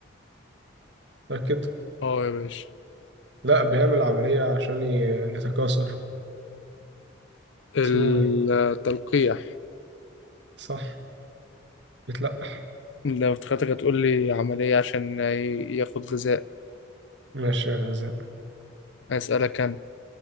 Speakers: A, on the right; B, on the left.
A: متأكد
B: اه يا باشا
A: لا بيعمل عملية عشان ي- يتكاثر
B: التلقيح
A: اسمه ايه صح بيتلقح
B: لو افتكرتك هتقول لي عملية عشان ي- ياخد غذاء
A: ماشي يا زين
B: أسألك أنا